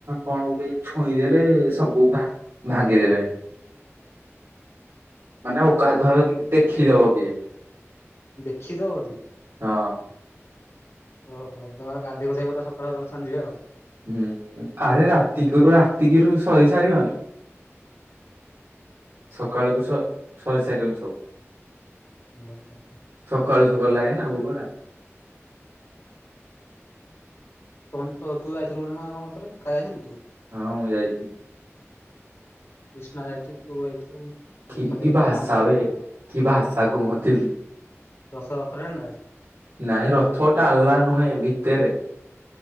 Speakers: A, on the right; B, on the left.
A: କଣ ଗୋଟେ ଛୁଇଁଦେଲେ ସବୁ ଦ୍ଭା ଭାଙ୍ଗିଦେବେ। ମାନେ ଅଗାଧୁଆ ବେଳେ
B: ଆଉ
A: ଯଦିଦେଖିଦବ ଜିଏ।
B: ଦେଖିଦବ ଯଦି?
A: ହଁ।
B: ଓହୋ! ତମେ ଗାଧେଇ ପାଧେଇ ପୁରା ସକାଳୁ ସକାଳୁ ଦର୍ଶନ ଯିବେ ଆଉ।
A: ହୁଁ ଆରେ ରାତିରୁ ରାତିକିରୁ ସରି ସାରିବନି। ସକାଳକୁୁ ସ ସରିସାରିନଥିବ।
B: ଉଁ ହୁଁ।
A: ସକାଳୁ ସକାଳୁ ଲାଗେ ନା ଭୋଗ ଉରା।
B: ତମେ ତ ତୁ ଯାଇଥିଲୁ ନା କଣ ଥରେ ଖାଲି ଯାଇଥିଲୁ ତୁ?
A: ହଁ ମୁଁ ଯାଇଛି
B: କୃଷ୍ଣା ଯାଇଛୁ ତୁ ଯାଇଛୁ।
A: କି
B: ମୁଁ ଖାଲି
A: କି
B: ଯାଇନି
A: ଭାଷା
B: ଆମେ ଯାଇନୁ
A: ବେ କି ଭାଷା କୁହନ୍ତି।
B: ରଥ ରଥ ଟାଣିଲା ବେଳେ
A: ନାଇଁ ରଥ ଟାଲା ନୁହେଁ ଭିତରେ।